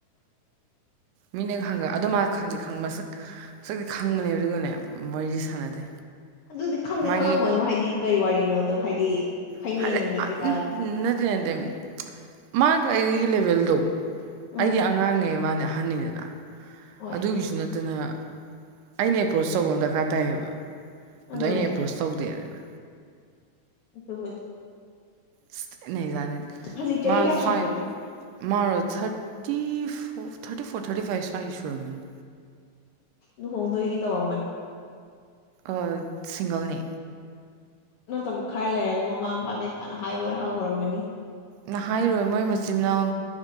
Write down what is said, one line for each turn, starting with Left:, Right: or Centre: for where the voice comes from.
Right: ꯃꯤꯅꯒ ꯍꯪꯉ ꯑꯗꯣ ꯃꯥ ꯈꯪꯗꯦꯪ ꯃꯁꯛ ꯃꯁꯛꯇꯤ ꯈꯪꯕꯅꯦꯕ ꯑꯗꯨꯒꯅꯦ ꯋꯥꯔꯤꯗꯤ ꯁꯥꯟꯅꯗꯦ
Left: ꯑꯗꯨꯗꯤ ꯈꯪꯗꯤ
Right: ꯃꯥꯒꯤ
Left: ꯈꯪꯉꯝꯃꯣꯏꯅꯣ ꯍꯥꯏꯗꯤ ꯀꯩ ꯋꯥꯔꯤꯅꯣ ꯑꯗꯣ ꯍꯥꯏꯗꯤ ꯐꯩꯅ
Right: <unintelligible>
Left: ꯌꯦꯡꯉꯝꯃꯤ ꯀꯩꯀꯥ
Right: ꯅꯠꯇꯦ ꯅꯠꯇꯦ ꯃꯥꯒ ꯑꯩꯒꯒꯤ ꯂꯦꯚꯦꯜꯗꯣ
Left: ꯎꯝ
Right: ꯑꯩꯗꯤ ꯑꯉꯥꯡꯅꯦ ꯃꯥꯗꯤ ꯑꯍꯟꯅꯤꯗꯅ
Left: ꯍꯣꯏ
Right: ꯑꯗꯨꯒꯤꯁꯨ
Left: ꯑꯗꯨꯕꯨꯗꯤ
Right: ꯅꯠꯇꯅ ꯑꯩꯅ ꯑꯦꯄ꯭ꯔꯣꯁ ꯇꯧꯕ ꯑꯃ ꯗꯔꯀꯥꯔ ꯇꯥꯏꯌꯦꯕ ꯑꯗꯣ
Left: ꯑꯗꯨꯅꯦ
Right: ꯑꯩꯅ ꯑꯦꯄ꯭ꯔꯣꯁ ꯇꯧꯗꯦꯗꯅ
Left: ꯑꯗꯨꯕꯨꯗꯤ
Right: ꯏꯁ ꯊꯤꯅꯅꯩꯖꯥꯠꯅꯤ
Left: ꯍꯧꯖꯤꯛ ꯆꯍꯤ
Right: ꯃꯥ
Left: ꯀꯌꯥ
Right: ꯐꯥꯏꯞ
Left: ꯁꯨꯈ꯭ꯔꯒꯦ
Right: ꯃꯥꯔꯣ thirty four thirty four thirty five ꯁ꯭ꯋꯥꯏ ꯁꯨꯔꯝꯃꯅꯤ
Left: ꯂꯨꯍꯣꯡꯗꯣꯏꯒꯤ ꯇꯧꯔꯝꯃꯅꯤ
Right: ꯑꯥ ꯁꯤꯡꯒꯜꯅꯦ
Left: ꯅꯠꯇꯕ ꯈꯔ ꯂꯩꯔꯒ ꯃꯃꯥ ꯃꯄꯥ ꯀꯩꯀꯥꯅ ꯍꯥꯏꯕ ꯍꯧꯔꯝꯃꯅꯤ
Right: ꯅꯍꯥꯏꯔꯣꯏ ꯃꯣꯏ ꯃꯆꯤꯟꯃꯅꯥꯎ